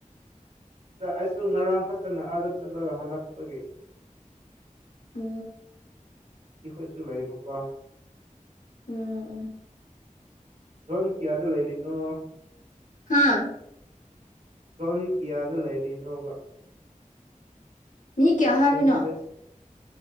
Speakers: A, on the right (about 55°); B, on the left (about 70°).
A: ꯑꯩꯁꯨ ꯉꯔꯥꯡ ꯈꯛꯇꯅ ꯑꯥꯗ ꯆꯠꯂꯒ ꯍꯜꯂꯛꯄꯒꯤ
B: ꯑ
A: ꯀ ꯀꯣꯏꯁꯨ ꯂꯚꯕꯨ ꯀꯣ
B: ꯎꯝ ꯎꯝ
A: ꯖꯣꯟ ꯀꯤꯌꯥꯗ ꯂꯩꯔꯤꯅꯣ
B: ꯍꯥꯝ
A: ꯁꯣꯟ ꯀꯤꯌꯥꯗ ꯂꯩꯔꯤꯅꯣꯕ
B: ꯃꯤ ꯀꯌꯥ ꯍꯥꯏꯕꯅꯣ
A: ꯦꯝ ꯤꯗꯤꯑꯣꯁ